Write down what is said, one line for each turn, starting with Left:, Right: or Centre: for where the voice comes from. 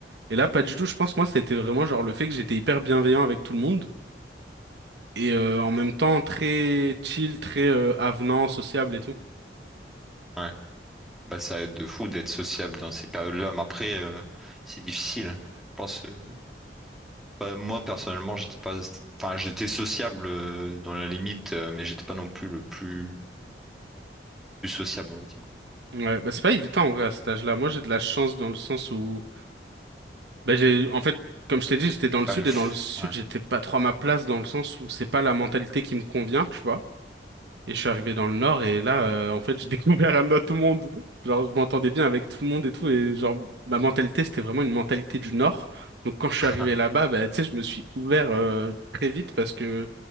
Right: Et là, pas du tout, je pense, moi, c'était vraiment genre le fait que j'étais hyper bienveillant avec tout le monde et euh, en même temps très chill, très euh, avenant, sociable et tout.
Centre: Ouais. Bah ça aide de fou d'être sociable dans ces périodes-là, mais après euh, c'est difficile. Je pense. euh, bah, moi personnellement, j'étais pas. Enfin, j'étais sociable euh, dans la limite, euh, mais j'étais pas non plus le plus, plus sociable, on va dire.
Right: Ouais, bah c'est pas évident en vrai à cet âge-là. Moi, j'ai de la chance dans le sens où, bah j'ai, en fait, comme je t'ai dit, j'étais dans le
Centre: Pas
Right: sud
Centre: le. f-
Right: et dans le sud,
Centre: Ouais.
Right: j'étais pas trop à ma place dans le sens où c'est pas la mentalité qui me convient, tu vois. Et je suis arrivé dans le Nord et là, euh, en fait, j'ai <laughs> découvert un autre monde. Genre, je m'entendais bien avec tout le monde et tout. Et genre, ma mentalité, c'était vraiment une mentalité du Nord. Donc, quand je suis
Centre: <laughs>
Right: arrivé là-bas, bah, tu sais, je me suis ouvert euh, très vite parce que,